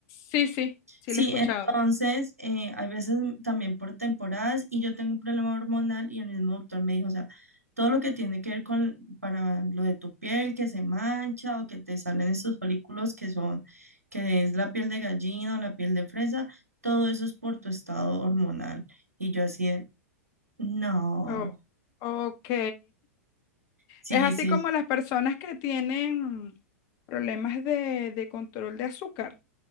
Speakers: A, on the left; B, on the right.
A: Sí, sí. Sí,
B: Sí,
A: la he escuchado.
B: entonces, eh, hay veces también por temporadas y yo tengo un problema hormonal y el mismo doctor me dijo, o sea, todo lo que tiene que ver con para lo de tu piel que se mancha o que te salen estos folículos que son, que es la piel de gallina o la piel de fresa, todo eso es por tu estado hormonal. Y yo así de, no,
A: Oh, ok. <laughs>
B: sí,
A: Es así
B: sí,
A: como
B: sí.
A: las personas que tienen problemas de, de control de azúcar,